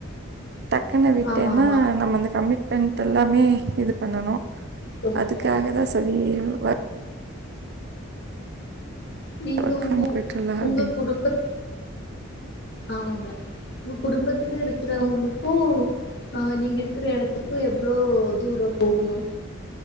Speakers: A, on the right; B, on the left.
A: டக்குன்னு விட்டேன்னா
B: ஆமா ஆமா
A: நம்ம அந்த கமிட்மெண்ட் எல்லாமே இது பண்ணணு
B: ரொம்ப
A: அதுக்காகதா சொல்லிரனு
B: நீங்க
A: ஒர்க்
B: உங்க
A: ஃப்ரம் வீட்ல அப்டின்னு
B: உங்க குடும்ப ஆமாங்க <unintelligible> குடும்பத்துல இருக்கிறவங்களுக்கு ஆ நீங்க இருக்கிற இடத்துக்கு எவ்ளோ தூரம் போகணு